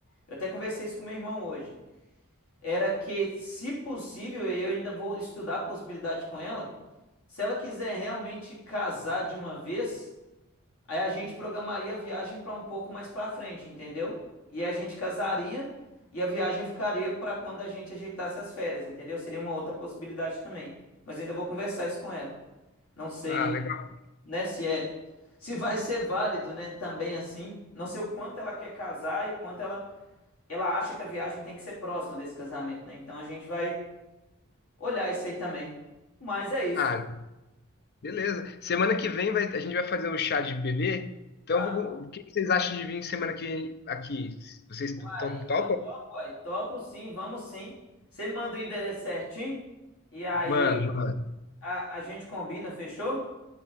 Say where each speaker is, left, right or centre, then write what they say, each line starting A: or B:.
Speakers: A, on the left (about 90°); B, on the left (about 50°).
A: eu até conversei isso com meu irmão hoje, era que se possível, e eu ainda vou estudar a possibilidade com ela, se ela quiser realmente casar de uma vez, Aí a gente programaria a viagem para um pouco mais para frente, entendeu? E a gente casaria e a viagem ficaria para quando a gente ajeitasse as férias, entendeu? Seria uma outra possibilidade também. Mas ainda vou conversar isso com ela. Não sei,
B: ah, legal.
A: né, se é, se vai ser válido, né, também assim. Não sei o quanto ela quer casar e o quanto ela ela acha que a viagem tem que ser próxima desse casamento, né? Então a gente vai olhar isso aí também. Mas é isso.
B: Ah, Beleza. Semana que vem vai- a gente vai fazer o chá de bebê. Então,
A: Ah,
B: vou- o que que vocês acham de vir semana que vem aqui? Vocês estão
A: Uai,
B: topam?
A: eu topo, uai. Topo sim, vamos sim. Você manda o endereço certinho e aí
B: Mano, mano.
A: a, a gente combina, fechou?